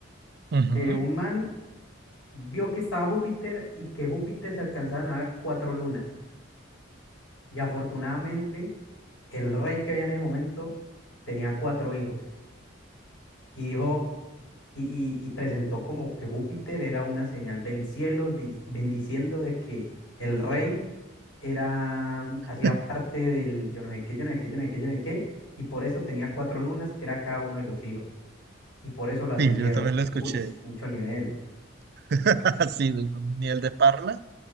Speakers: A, on the right; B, on the left.
A: Ujú.
B: que un man vio que estaba Júpiter y que Júpiter se alcanzaban a ver cuatro lunas. Y afortunadamente el rey que había en ese momento tenía cuatro hijos. Y dijo, y, y- y presentó como que Júpiter era una señal del cielo, dis- bendiciendo de que el rey era, mm, hacía
A: <laughs>
B: parte del yo no sé qué, yo no sé qué, yo no sé qué, yo no sé qué, y por eso tenía cuatro lunas, que era cada uno de los hijos, y por eso lo ascendieron.
A: Sí, yo también lo escuché.
B: Uy, mucho nivel.
A: <laughs> Así, nivel de parla,